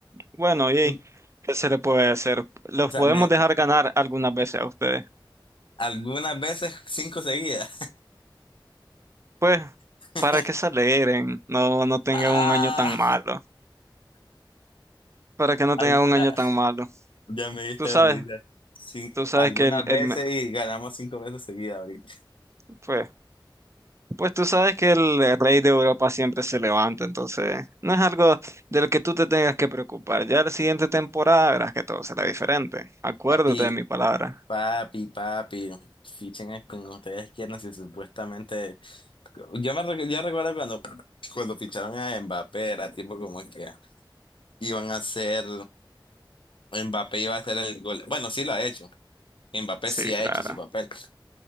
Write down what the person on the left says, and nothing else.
Mm,
O sea,
me,
algunas veces cinco seguidas.
<laughs>
Ah,
alguna.
Ya me diste
risa. Sí,
algunas
veces
y ganamos cinco veces seguidas ahorita.
Papi,
papi, papi. Fichen a quien ustedes quieran si supuestamente. Yo me recu- yo recuerdo cuando, cuando ficharon a Mbappé, era tipo como que iban a ser, Mbappé iba a hacer el gol. Bueno, sí lo ha hecho. Mbappé
sí ha
hecho su papel.